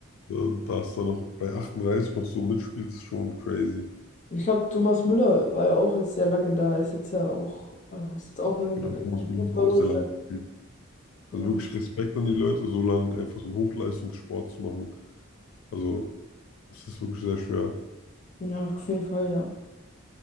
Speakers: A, on the left; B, on the left.
A: Äh, Dass da noch bei 38 noch so mitspielt, ist schon crazy.
B: Ich glaube, Thomas Müller war ja auch jetzt sehr lange da, ist jetzt ja auch, äh, ist jetzt auch in,
A: Genau, Thomas
B: in
A: Müller
B: guter
A: hat auch
B: Ruhestand.
A: sehr lange gespielt.
B: Ja.
A: Also wirklich Respekt an die Leute, so lange einfach so einen Hochleistungssport zu machen. Also, es ist wirklich sehr schwer.
B: Ja, auf jeden Fall, ja.